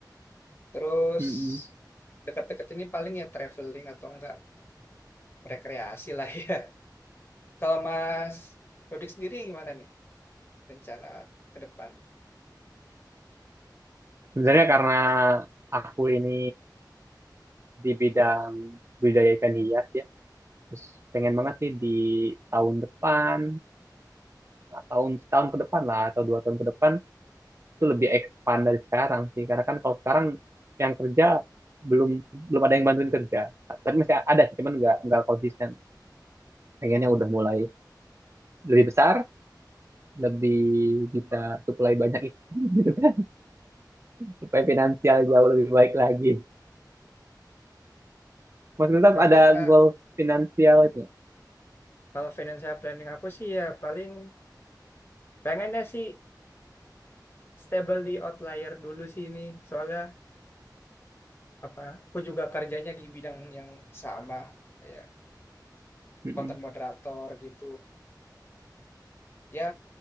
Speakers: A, on the left; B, on the right.
A: Terus
B: Mm-mm.
A: deket-deket ini paling ya traveling atau enggak rekreasi lah ya. <laughs> Kalau Mas Dodik sendiri gimana nih rencana ke depan?
B: Sebenarnya karena aku ini di bidang budidaya ikan hias ya, terus pengen banget sih di tahun depan, tahun setahun ke depan lah atau dua tahun ke depan itu lebih expand dari sekarang sih. Karena kan kalau sekarang yang kerja belum belum ada yang bantuin kerja. Tapi masih ada sih, cuman nggak nggak konsisten. pengennya
A: Oh.
B: udah mulai lebih besar, lebih bisa supply banyak ikan <laughs> gitu kan, supaya finansial jauh lebih baik lagi. Mas Gustaf
A: Berarti
B: ada
A: eh,
B: goal finansial itu nggak?
A: kalau financial planning aku sih ya paling pengennya sih stable di outlier dulu sih ini. Soalnya apa? Aku juga kerjanya di bidang yang sama ya
B: Mm-mm.
A: content moderator gitu. Ya